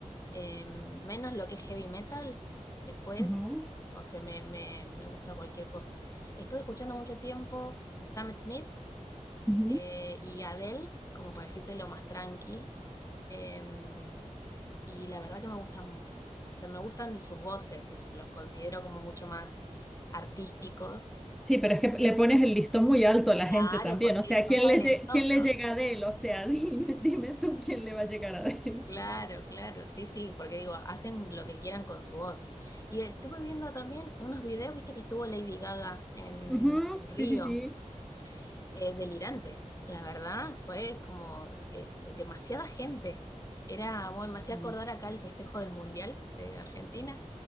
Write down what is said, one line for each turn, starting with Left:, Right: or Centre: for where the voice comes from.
Left: eh, menos lo que es heavy metal, después,
Centre: Ujú.
Left: o sea, me, me, me gusta cualquier cosa. Estuve escuchando mucho tiempo Sam Smith
Centre: Ujú.
Left: eh, y Adele, como para decirte lo más tranqui. Em, Y la verdad que me gustan, o sea, me gustan sus voces, es- los considero como mucho más artísticos.
Centre: Sí, pero es que le pones el listón muy alto a la
Left: Claro,
Centre: gente también.
Left: porque
Centre: O sea,
Left: son
Centre: ¿quién
Left: talentosos.
Centre: le, lle- quién le llega a Adele? O sea, <laughs> dime, dime tú quién le va a llegar a Adele.
Left: Claro, claro, sí, sí, porque digo, hacen lo que quieran con su voz. Y estuve viendo también unos videos, viste que estuvo Lady Gaga en,
Centre: Ujú,
Left: en Río,
Centre: Sí, sí, sí.
Left: eh, delirante. La verdad, fue como eh, demasiada gente. Era, bueno, me hacía
Centre: Mm.
Left: acordar acá el festejo del Mundial de Argentina